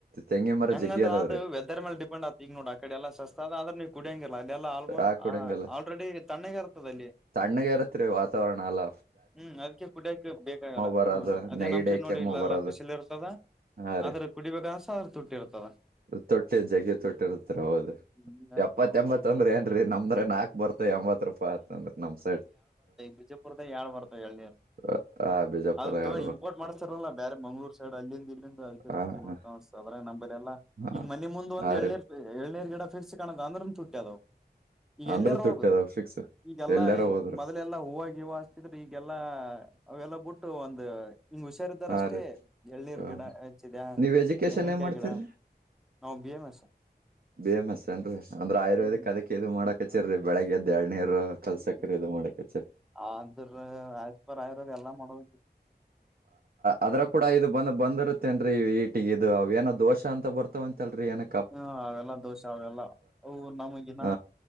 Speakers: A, on the right; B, in the centre.
A: ತೆಂಗಿನ ಮರ
B: ಹೆಂಗಂದ್ರ
A: ಜಗ್ಗಿ ಅದಾವ್ರೀ
B: ಅದು ವೆದರ್ ಮೇಲೆ ಡಿಪೆಂಡ್ ಆತ್ ಈಗ ನೋಡ ಆ ಕಡೆ ಎಲ್ಲ ಸಸ್ತ್ ಅದ ಆದ್ರೆ ನೀವು ಕುಡಿಯ್ಯಂಗಿಲ್ಲ ಅದೆಲ್ಲ
A: ಆ ಕೊಡಂಗಲ್ಲ
B: ಆಲ್ರೆಡಿ ತಣ್ಣಗ ಇರ್ತದ ಅಲ್ಲಿ
A: ತಣ್ಣಗ ಇರತ್ರಿ ವಾತಾವರಣ ಎಲ್ಲ
B: ಹ್ಮ್ ಅದಕ್ಕೆ ಕುಡ್ಯಕ ಬೇಕಾಗಲ್ಲ
A: ಬರೋದು
B: ಹ್ಮ ಅದೇ
A: ನೆಗಡಿ
B: ನಮ್ ಸೈಡ್ ನೋಡಿ
A: ಕೆಮ್ಮು
B: ಇಲ್ಲಾಲ್ಲಾ
A: ಬರೋದು
B: ಬಿಸಿಲು ಇರ್ತದ
A: ಹಾ
B: ಆದ್ರ ಕುಡಿಬೇಕನ್ಸತದ ಆದ್ರ ತುಟ್ಟಿರ್ತದ
A: ತುಟ್ಟಿ ಜಗ್ಗೆ ತುಟ್ಟಿ ಇರುತ್ತ ಹೌದು
B: ಹಿಂಗಾಗಿ
A: ಎಪ್ಪತ್ತ
B: ಪ್ರಾಬ್ಲಮ್
A: ಎಂಬತ್
B: ಬರ್ತಾವ
A: ಅತ್ತಂದ್ರ ಏನ್ರಿ ನಮ್ದ್ರ ನಾಕ್ ಬರ್ತದ ರೂಪಾಯಿ ಅತ್ಂದ್ರ ನಮ ಸೈಡ್
B: ವಿಜಾಪುರದಾಗ ಎರಡ್ ಬರ್ತಾವ ಎಳ್ನೀರ
A: ಹ ಬಿಜಾಪುರ
B: ಅದು ತುಗೊಂಡ
A: ಎರಡು
B: ಇಂಪೋರ್ಟ್
A: ಬರ್ತ
B: ಮಾಡ್ತಾರಲ್ಲ ಬೇರೆ ಮಂಗಳೂರು ಸೈಡ್ ಅಲ್ಲಿಂದ ಇಲ್ಲಿಂದ
A: ಹ
B: ತುಟ್ಟಿ ಬೀಳ್ತಾವ
A: ಹ
B: ಅನ್ಸತ್ ಅದರಾಗ ನಂಬಲ್ಲಿ ಎಲ್ಲ
A: ಹಾ
B: ಈಗ ಮನೆ ಮುಂದ
A: ಹಾ
B: ಏಳ್ನೇರ್
A: ರೀ
B: ಏಳ್ನರ್ ಗಿಡ ಫಿಕ್ಸ್ ಕಾಣದ ಅಂದ್ರನು ತುಟ್ಟಿ ಅದಾವು ಈಗ
A: ಅಂದ್ರ
B: ಎಲ್ಲರ
A: ತುಟ್ಟಿ
B: ಹೋಗ
A: ಅದಾವ ಫಿಕ್ಸ್
B: ಈಗ ಎಲ್ಲ
A: ಎಲ್ಲಾರ
B: ಮೊದಲ
A: ಹೋದ್ರು
B: ಮೊದಲ ಎಲ್ಲಾ ಹೂವ ಗಿವ್ ಹಚ್ಚತಿದ್ರ ಈಗೆಲ್ಲಾ ಅವೆಲ್ಲ ಬಿಟ್ಟ ಒಂದ್ ಹಿಂಗ್ ಹುಷಾರಿದ್ದಾರ
A: ಹಾ
B: ಅಷ್ಟೇ
A: ರೀ
B: ಎಳನೀರ್
A: ಹ
B: ಗಿಡ ಹಚ್ಚಿದ್ಯಾ
A: ನೀವ್ ಎಜುಕೇಶನ್
B: ಟೆಂಗನ್ಕಾಯಿ
A: ಏನ್ ಮಾಡ್ತೀರಿ
B: ಗಿಡ ನಾವು B M S
A: B M S ಏನ್ರೀ ಅಂದ್ರ ಆಯುರ್ವೇದಿಕ್
B: ಹ್ಮ್
A: ಅದಕ್ಕೆ ಇದು ಮಾಡಕ್ ಹಚ್ಚ್ಯಾರ ರಿ ಬೆಳಗ್ ಎದ್ದ ಎಳ್ನೀರು ಕಲ್ಸಕ್ರಿ
B: ಹ್ಮ್
A: ಇದು ಮಾಡಕ್ ಹಚ್ಚಿರಿ
B: ಅಂದ್ರ ಆಸ್ ಪರ್ ಆಯುರ್ವೇದ್ ಎಲ್ಲ ಮಾಡೋ
A: ಅದರಾಗ ಕೂಡ ಇದು ಬಂದರುತ್ತೇನ್ ಹೀಟಗೆ ಇದು ಅವ ಏನೋ ದೋಷ ಅಂತ ಬರ್ತಾವ ಅಂತಲ್ರಿ ಏನ್
B: ಹಾ ಅವೆಲ್ಲಾ ದೋಷ ಅವೆಲ್ಲಾ. ಅವು ನಮಗಿನ
A: ಹ